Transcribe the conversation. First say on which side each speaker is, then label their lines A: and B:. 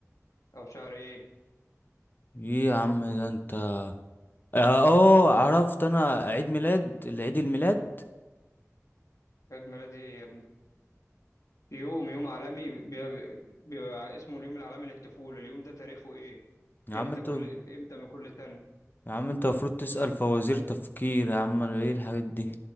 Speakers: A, on the left; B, on the left.
A: او شهر ايه
B: ايه يا عم ده انت اه آه، عرفت انا عيد ميلاد العيد الميلاد
A: عيد ميلادي إيه يا ابني يوم يوم عالمي بيبقى, بيبقى اسمه اليوم العالمي للطفولة اليوم ده تاريخه ايه
B: يا
A: امتى
B: عم انت
A: كل امتى من كل سنة
B: يا عم انت المفروض تسأل فوازير تفكير يا عم انا ايه الحاجات دي